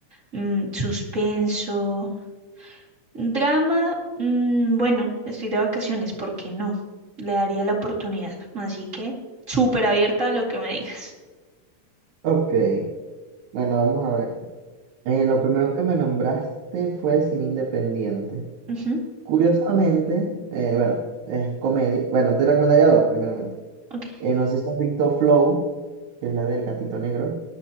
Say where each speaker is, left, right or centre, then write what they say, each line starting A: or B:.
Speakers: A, on the right (about 25°); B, on the right (about 70°).
A: mm, suspenso, drama, mm, bueno, estoy de vacaciones, ¿por qué no? Le daría la oportunidad, así que súper abierta a lo que me digas.
B: Ok, bueno, vamos a ver. Eh, lo primero que me nombraste fue cine independiente.
A: Ujú,
B: Curiosamente, eh, bueno, es comedia, bueno, te recomendaría dos, primeramente.
A: ok.
B: Eh, no sé si has visto Flow, que es la del gatito negro.